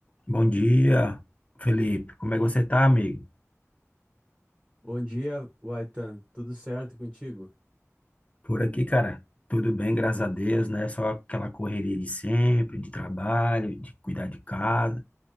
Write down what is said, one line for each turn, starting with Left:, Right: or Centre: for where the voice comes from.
Left: Bom dia, Felipe. Como é que você tá, amigo?
Right: Bom dia, Waitan. Tudo certo contigo?
Left: Por aqui, cara, tudo bem, graças a Deus, né? Só aquela correria de sempre, de trabalho, de cuidar de casa,